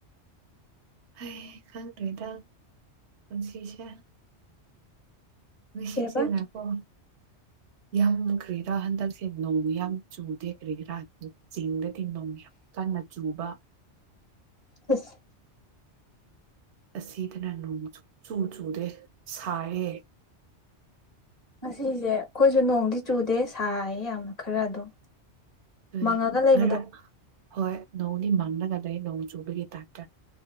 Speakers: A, on the right; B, on the left.
A: ꯍ ꯈꯪ꯭ꯔꯦ ꯇꯪ ꯄꯨꯟꯁꯤꯁꯦ ꯁꯦꯁꯗꯄꯣ
B: ꯀꯩꯕ
A: <unintelligible>
B: <unintelligible>
A: ꯌꯥꯝ ꯀꯔꯤꯔꯥ ꯍꯟꯗꯛꯁꯦ ꯅꯣꯡ ꯌꯥꯝ ꯆꯨꯗꯦ ꯀꯔꯤꯔꯥ ꯆꯤꯡꯗꯗꯤ ꯅꯣꯡ ꯌꯥꯝ ꯀꯟꯅ ꯆꯨꯕ
B: ꯈꯁ
A: ꯑ ꯑꯁꯤ ꯇꯅꯥꯨ ꯆꯨ ꯆꯨꯗ ꯁꯌꯦ
B: ꯉꯁꯤꯁꯦ ꯑꯩꯈꯣꯏꯁꯨ ꯅꯣꯡꯗꯤ ꯆꯨꯗꯦ ꯁꯥꯏ ꯌꯥꯝꯅ ꯈꯔ ꯑꯗꯨꯝ
A: ꯑꯗꯨ
B: ꯃꯪꯉꯒ ꯂꯩꯕꯗꯣ
A: ꯉꯔ ꯍꯣꯏ ꯅꯣꯡꯗꯤ ꯃꯥꯡꯅꯒ ꯂꯩ ꯅꯣꯡ ꯆꯨꯕꯒꯤ ꯇꯥꯏꯞꯇ